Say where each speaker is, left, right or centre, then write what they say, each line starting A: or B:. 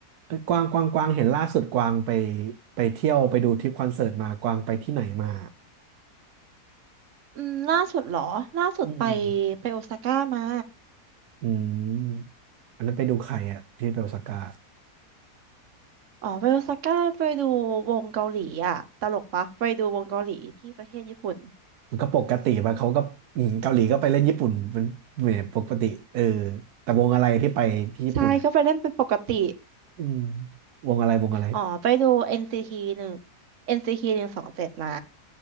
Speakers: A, on the right; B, on the right.
A: เอ้ยกวางกวางกวางเห็นล่าสุดกวางไปไปเที่ยวไปดูทริปคอนเสิร์ตมากวางไปที่ไหนมา
B: อืมล่าสุดเหรอล่าสุดไป
A: อืม
B: ไปโอซาก้ามา
A: อืมอันนั้นไปดูใครอะที่ไปโอซาก้า
B: อ๋อไปโอซาก้าไปดูวงเกาหลีอ่ะตลกปะไปดูวงเกาหลีที่ประเทศญี่ปุ่น
A: มันก็ปกติไปะเขาก็อืมเกาหลีก็ไปเล่นญี่ปุ่นเป็นเหมือนปกติเออแต่วงอะไรที่ไปที่ญี่ปุ่นอะ
B: ใช่ก็ไปเล่นเป็นปกติ
A: อืมวงอะไรวงอะไร
B: อ๋อไปดู NCT หนึ่ง NCT หนึ่งสองเจ็ดมา